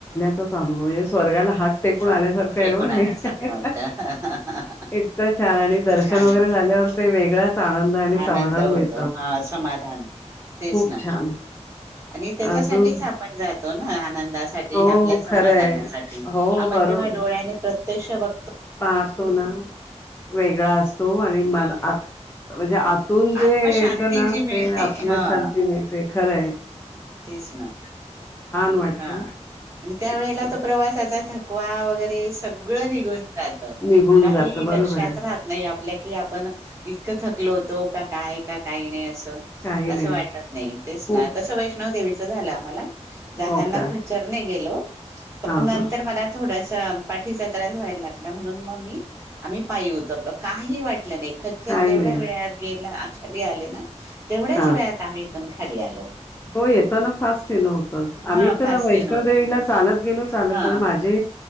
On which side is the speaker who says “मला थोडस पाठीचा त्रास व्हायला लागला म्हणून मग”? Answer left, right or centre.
Right